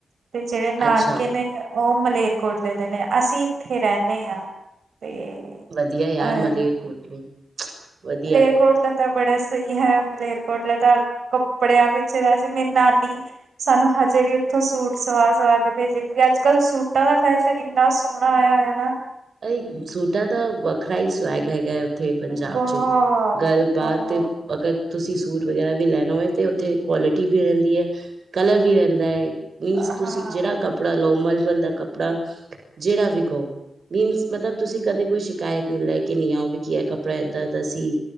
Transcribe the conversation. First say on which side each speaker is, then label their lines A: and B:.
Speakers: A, on the right; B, on the right.
A: ਤੇ ਜਿਹੜੇ ਨਾਨਕੇ
B: ਅੱਛਾ,
A: ਨੇ ਉਹ ਮਲੇਰਕੋਟਲੇ ਦੇ ਨੇ, ਅਸੀਂ ਇੱਥੇ ਰਹਿੰਦੇ ਹਾਂ। ਤੇ
B: ਵਧੀਆ ਯਾਰ
A: ਅ
B: ਮਲੇਰਕੋਟਲੇ
A: ਫ
B: ਵਧੀਆ।
A: ਮਲੇਰਕੋੋਟਲਾ ਤਾਂ ਬੜਾ ਸਹੀ ਹੈ, ਮਲੇਰਕੋਟਲਾ ਤਾਂ ਕੱਪੜਿਆਂ ਪਿੱਛੇ ਤਾਂ, ਹਜੇ ਵੀ ਮੇਰੀ ਨਾਨੀ, ਸਾਨੂੰ ਹਜੇ ਵੀ ਉੱਥੋਂ ਸੂਟ ਸਵਾ ਸਵਾ ਕੇ ਭੇਜਦੀ, ਕਿਉਂਕਿ ਅੱਜ ਕੱਲ੍ਹ ਸੂਟਾਂ ਦਾ ਫੈਸ਼ਨ ਇੰਨਾ ਸੋਹਣਾ ਆਇਆ ਹੋਇਆ ਨਾ।
B: ਅ ਸੂਟਾ ਤਾਂ ਵੱਖਰਾ ਹੀ ਸਵੈਗ ਹੈਗਾ ਹੈ। ਤੇ ਪੰਜਾਬ
A: ਹੂੰ ਬਹੁਤ
B: ਚ ਗੱਲਬਾਤ
A: ਬਹੁਤ
B: ਅਗਰ ਤੁਸੀਂ ਸੂਟ ਵਗੈਰਾ ਵੀ ਲੈਣਾ ਹੋਏ, ਤੇ ਉੱਥੇ ਕੁਆਲਿਟੀ ਵੀ ਰਹਿੰਦੀ ਹੈ, ਕਲਰ ਵੀ ਰਹਿੰਦਾ ਹੈ ਮੀਨਸ
A: ਹਾਂ
B: ਤੁਸੀਂ ਜਿਹੜਾ ਕੱਪੜਾ ਲੋ, ਮਲਮਲ ਦਾ ਕੱਪੜਾ ਜਿਹੜਾ ਵਿਖੋ ਮੀਨ ਮਤਲਬ ਤੁਸੀਂ ਕਦੇ ਕੋਈ ਸ਼ਿਕਾਇਤ ਨਹੀਂ ਲੈ ਕੇ ਨਹੀਂ ਆਓਗੇ, ਕੀ ਕੱਪੜਾ ਇਏਦਾਂਸੀਂ